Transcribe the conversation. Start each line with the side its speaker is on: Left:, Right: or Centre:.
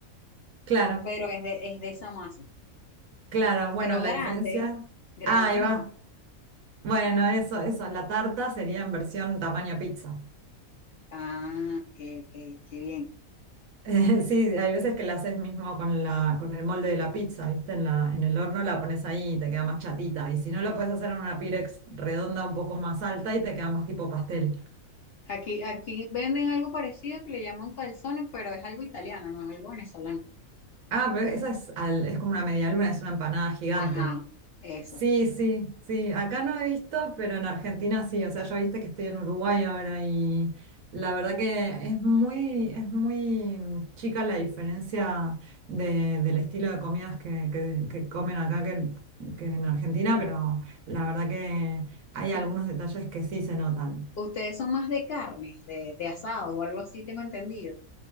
Right: Claro,
Left: pero es de, es de esa masa.
Right: claro, bueno,
Left: Pero
Right: la
Left: grande,
Right: diferencia.
Left: grande
Right: Ah, ahí va.
Left: no.
Right: Bueno, eso, eso, la tarta sería en versión tamaño pizza.
Left: Ah, ok, ok, qué bien.
Right: <laughs> Sí, hay veces que la haces mismo con la, con el molde de la pizza, ¿viste? En la, en el horno la pones ahí y te queda más chatita. Y si no, lo puedes hacer en una Pirex redonda un poco más alta y te queda más tipo pastel.
Left: Aquí, aquí venden algo parecido que le llaman calzones, pero es algo italiano, no es algo venezolano.
Right: Ah, pero esa es, al- es como una media luna, es una empanada gigante.
Left: Ajá, eso.
Right: Sí, sí, sí. Acá no he visto, pero en Argentina sí. O sea, yo viste que estoy en Uruguay ahora y la verdad que es muy, es muy mm, chica la diferencia de- del estilo de comidas que, que- que comen acá que, que en Argentina, pero la verdad que hay algunos
Left: U-
Right: detalles que sí se notan.
Left: ustedes son más de carnes, de, de asados o algo así, tengo entendido.